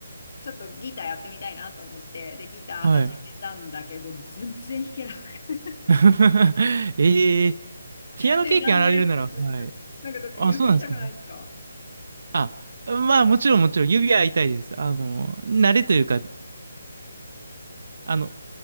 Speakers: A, on the left; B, on the right.
A: ちょっとギターやってみたいなと思って、で、ギター始めたんだけど、
B: はい。
A: 全然弾けなくて、
B: <laughs> ええピアノ経験あられるなら、
A: で、断念しちゃったんですよ。
B: はい。
A: なんかだって指痛くないですか
B: あ、そうなんですか。はいあ、まあ、もちろん、もちろん、指は痛いです。あの、慣れというか、あの、